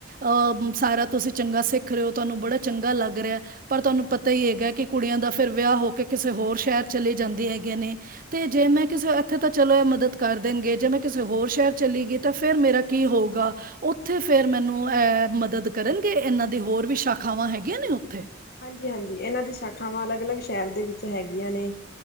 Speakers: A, on the right; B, on the left.
A: ਅਹ ਸਾਰਾ ਤੁਸੀਂ ਚੰਗਾ ਸਿੱਖ ਰਹੇ ਹੋ ਤੁਹਾਨੂੰ ਬੜਾ ਚੰਗਾ ਲੱਗ ਰਿਹਾ ਪਰ ਤੁਹਾਨੂੰ
B: ਹਾਂਜੀ
A: ਪਤਾ ਹੀ ਹੈਗਾ ਕਿ ਕੁੜੀਆਂ ਦਾ ਫ਼ ਫਿਰ ਵਿਆਹ ਹੋ ਕੇ ਕਿਸੇ ਹੋਰ ਸ਼ਹਿਰ ਚਲੇ ਜਾਂਦੇ ਹੈਗੇ ਨੇ। ਤੇ ਜੇ ਮੈਂ ਕਿਸੇ ਇੱਥੇ ਤਾਂ ਚਲੋ ਇਹ ਮਦਦ ਕਰ ਦੇਣਗੇ, ਜੇ ਮੈਂ ਕਿਸੇ ਹੋਰ ਸ਼ਹਿਰ ਚੱਲ ਗਈ ਤਾਂ ਫਿਰ ਮੇਰਾ ਕੀ ਹੋਊਗਾ। ਉੱਥੇ ਫਿਰ ਮੈਨੂੰ ਇਹ ਮਦਦ ਕਰਨਗੇ? ਇਹਨਾਂ ਦੀ ਹੋਰ ਵੀ ਸ਼ਾਖਾਵਾਂ ਹੈਗੀਆਂ ਨੇ ਉੱਥੇ?
B: ਹਾਂਜੀ ਹਾਂਜੀ ਇਹਨਾਂ ਦੀ ਸ਼ਾਖਾਵਾਂ ਅਲੱਗ ਅਲੱਗ ਸ਼ਹਿਰ ਦੇ ਵਿੱਚ ਹੈਗੀਆਂ ਨੇ।